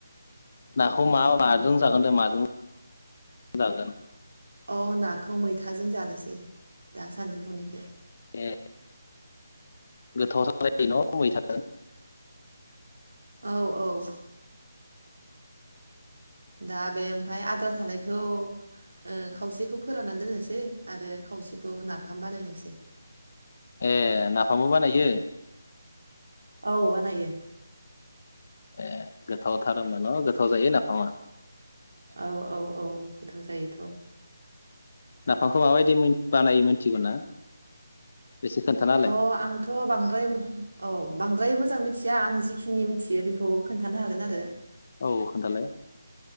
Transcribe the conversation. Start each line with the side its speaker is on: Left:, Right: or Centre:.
Left: नाखौ मा माजों जागोन दे माजों जागोन?
Right: अ नाखौ मैथाजों जानोसै दा सानजौफुनिखो।
Left: ए गोथाव जायो न' मैथाजो
Right: औ औ दा बे ओमफाय आद्रा थानायखौ ओ खावसेखौ फोरानना दोननोसै आरो खावसेखौ नाफाम बानायनोसै।
Left: ए नाफामबो बानायो।
Right: औ बानायो।
Left: ए गोथावथार होमबा न' गोथाव जायो नाफामा।
Right: औ औ औ गोथाव जायोथ'
Left: नाफामखौ माबायदि मोन बानायो मोनथिगौ ना? एसे खोन्थानालाय
Right: अ आंथ' बांद्राय औ बां बांद्राय मोजां मिथिया आं जिखिनि मिथियो बेखौ खोन्थानो हागोन आरो।
Left: औ खोन्थालाय।